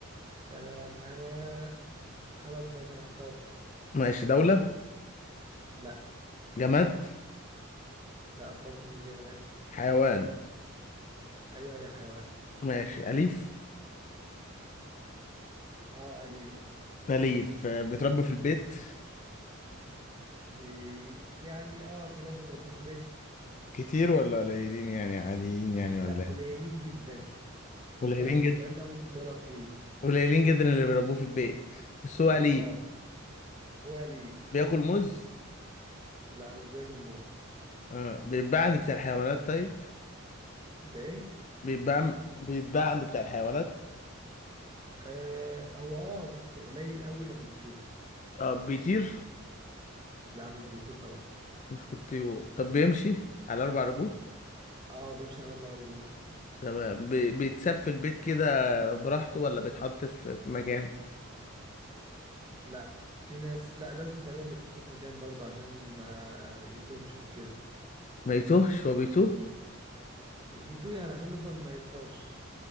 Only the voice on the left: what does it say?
ماشي دولة
جماد
حيوان
ماشي أليف
أليف آه، بتربى في البيت
كتير ولا قليلين يعني عاديين يعني
ولا
ايه
قليلين
جدا
قليلين جدا اللي بيربوه في البيت بس هو قليل
بياكل موز
آه. بيتباع عند بتاع الحيوانات طيب
بيتباع بيتباع عند بتاع الحيوانات
آه. بيطير
مش في الطيور طب بيمشي على أربع رجول
تمام بي... بيتساب في البيت كده براحته ولا بيتحط في في مكان
ما يتوهش هو بيتوه